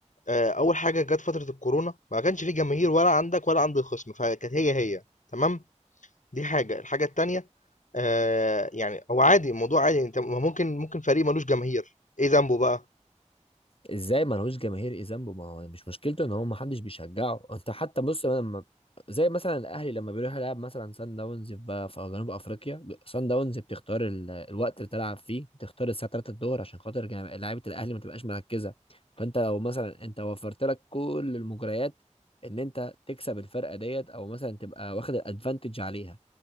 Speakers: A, on the left; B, on the left.
A: آآ، أول حاجة جات فترة الكورونا ما كانش في جماهير ولا عندك ولا عند الخصم، فكانت هي، هي تمام؟ دي حاجة، الحاجة التانية آآ يعني هو عادي، الموضوع عادي أنت ما ممكن ممكن فريق مالوش جماهير، إيه ذنبه بقى؟
B: ازاي ملهوش جماهير ايه ذنبه ما هو مش مشكلته ان هو ما حدش بيشجعه انت حتى بص لما زي مثلا الاهلي لما بيروح يلعب مثلا سان داونز في في جنوب افريقيا سان داونز بتختار ال... الوقت اللي تلعب فيه بتختار الساعه 3 الظهر عشان خاطر جم- لعيبه الاهلي ما تبقاش مركزه فانت لو مثلا انت وفرت لك كل المجريات ان انت تكسب الفرقه ديت او مثلا تبقى واخد الادفانتج عليها